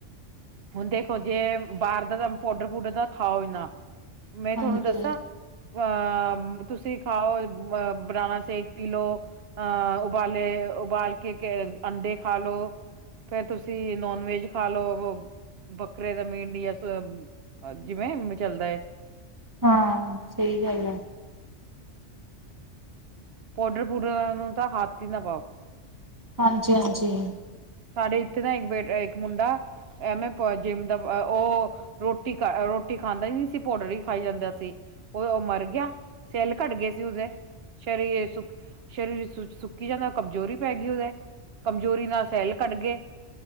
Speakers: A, on the right; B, on the right.
A: ਹੁਣ ਦੇਖੋ ਜੇ ਬਾਹਰ ਦਾ ਤਾਂ ਪੋਡਰ ਪੂਡਰ ਤਾ ਖਾਓ ਇ ਨਾ ਮੈਂ
B: ਹਾਂਜੀ
A: ਤੁਹਾਨੂੰ ਦੱਸਾਂ ਅ ਤੁਸੀਂ ਖਾਓ ਅ ਬਣਾਣਾ ਸੇ਼ਕ ਪੀ ਲਓ ਅ ਉਬਾਲੇ ਓਬਾਲ ਕੇ ਅੰਡੇ ਖਾ ਲੋ ਫੇਰ ਤੁਸੀਂ ਨੋਨ ਵੈਜ ਖਾ ਲੋ ਬੱਕਰੇ ਦਾ ਮੀਟ ਯਾ ਸੋਇਆ ਜਿਵੇਂ ਚਲਦਾ ਹੈ
B: ਹਾਂ ਸਹੀ ਗੱਲ ਆ
A: ਪੋਡਰ ਪੂਡਰਾਂ ਨੂੰ ਤਾਂ ਹੱਥ ਹੀ ਨਾ ਪਾਓ
B: ਹਾਂਜੀ, ਹਾਂਜੀ
A: ਸਾਡੇ ਇੱਥੇ ਦਾ ਇੱਕ ਬੇਟ ਇੱਕ ਮੁੰਡਾ ਐਵੇਂ ਜਿਮ ਦਾ ਉਹ ਰੋਟੀ ਰੋਟੀ ਖਾਂਦਾ ਨਹੀਂ ਸੀ ਪੋਡਰ ਹੀ ਖਾਈ ਜਾਂਦਾ ਸੀ ਓਹ, ਓਹ ਮਰ ਗਿਆ ਸੈੱਲ ਘੱਟ ਗਏ ਸੀ ਉਦੇ ਸਰੀਰ ਸੁੱਕ ਸਰੀਰ ਸੁੱਕੀ ਜਾਂਦਾ ਕਮਜ਼ੋਰੀ ਪੈ ਗਈ ਉਹਦੇ ਕਮਜ਼ੋਰੀ ਨਾਲ ਸੈਲ <unintelligible>